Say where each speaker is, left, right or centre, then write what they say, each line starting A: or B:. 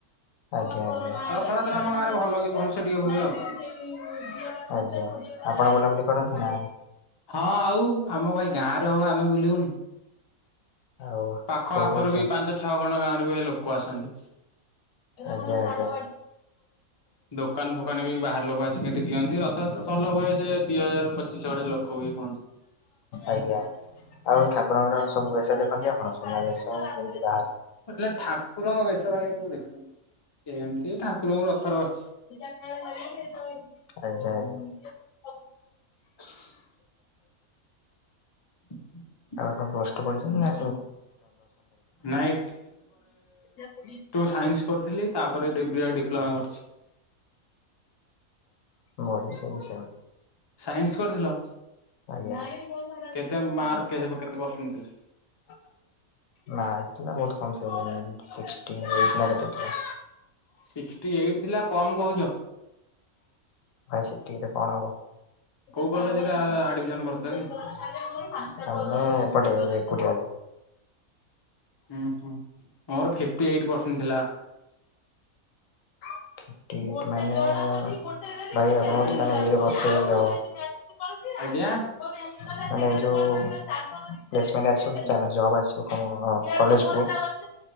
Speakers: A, on the left; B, on the left.
A: ଆଜ୍ଞା। <unintelligible>
B: ରଥଯାତ୍ରା ଆମ ଗାଁରେ ଭଲ କି ଭଲସେ ଟିକେ ହୁଏ ଆଉ
A: ଆଜ୍ଞା ଆପଣ ବୁଲାବୁଲି କରନ୍ତି ନା?
B: ହଁ ଆଉ ଆମ ଭାଇ ଗାଁ ରେ ହବ ଆମେ ବୁଲିବୁନି।
A: ଆଉ
B: ପାଖ
A: କୋଉ
B: ଆଖରୁ
A: କୋଉ ସ
B: ବି ପାଞ୍ଚ ଛଅ ଖଣ୍ଡ ଗାଁରେ ବି ଏ ଲୋକ ଆସନ୍ତି।
A: ଆଜ୍ଞା ଆଜ୍ଞା।
B: ଦୋକାନ ଫୋକାନ ବି ବାହାର ଲୋକ ଆସିକିି ଏଠି ଦିଅନ୍ତି। ରଥଯାତ୍ରା ଭଲ ହୁଏ ସେ ଦି ହଜାର ପଚିଶ ଆଡେ ଲକ୍ଷ ବି ହୁଅନ୍ତି।
A: ଆଜ୍ଞା ଆଉ ଠାକୁରଙ୍କର ସବୁ ବେଶ ଦେଖନ୍ତି ଆପଣ ସୁନା ବେଶ ଏମ୍‌ତି?
B: ଊ ଯେ ଠାକୁରଙ୍କ ବେଶ କାଇଁ ମୁଁ ଦେଖି ହିଁ ସେମତି ଏ ଠାକୁରଙ୍କ ରଥର ବଛି।
A: ଆଜ୍ଞା ଆଜ୍ଞା।
B: <inaudible> <inaudible>
A: ଆଉ କଣ ପୋଷ୍ଟ ପଡିଛି ନା।
B: ନାଇଁ
A: <unintelligible>
B: ସାଇନସ୍ କରୁଥିଲି ତାପରେ ଡ଼ିବିଆ ଡିପ୍ଲୋମା କରିଛି।
A: ମୋରବି। <unintelligible>
B: ସାଇନସ୍‌‌ କରିଥିଲ?
A: ଆଜ୍ଞା। <unintelligible>
B: କେତେ ମାର୍କ କେତେ ପରସେଣ୍ଟ ଥିଲା?
A: <unintelligible> ସିକ୍‌ଷ୍ଠି ଏଇଟ୍ ନାଁ କେତେ ଥିଲା।
B: ସିକ୍ସଟି ଏଇଟ୍‌ ଥିଲା କମ କହୁଛ?
A: ଏକେ ଆମର
B: କୋଉ କଲେଜରେ
A: ଏପଟେ
B: ଆଡମିସନ କରିଥିଲ କି?
A: ଘର ଏପଟେହବ।
B: ହୁଁ ହୁଁ ମୋର ଫିଫ୍‌ଟି ଏଇଟ୍‌ ପର୍‌ସେନ୍ଟ୍ ଥିଲା।
A: <unintelligible> ଭାଇ
B: ସେକେଣ୍ଡ
A: ଆପଣ <unintelligible>
B: ଆଜ୍ଞା
A: ହବ ମାନେ ଯୋଉ, <unintelligible>